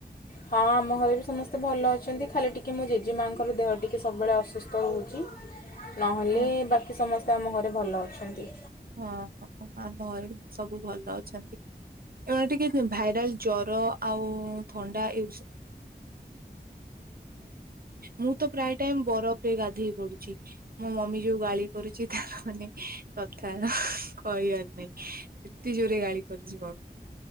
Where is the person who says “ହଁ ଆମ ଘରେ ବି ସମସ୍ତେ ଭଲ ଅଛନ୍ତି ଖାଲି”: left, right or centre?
Left